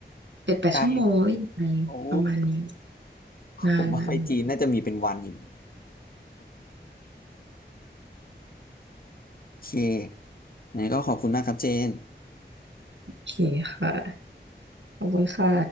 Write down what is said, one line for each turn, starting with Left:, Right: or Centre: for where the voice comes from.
Right: เจ็ดแปดชั่วโมงหรือยังไงประมาณนี้
Left: ไกลโอ้
Right: นานนาน
Left: ผมว่าไปจีนน่าจะมีเป็นวันอยู่นะโอเคงั้นก็ขอบคุณมากครับเจน
Right: โอเคค่ะ ขอบคุณค่ะ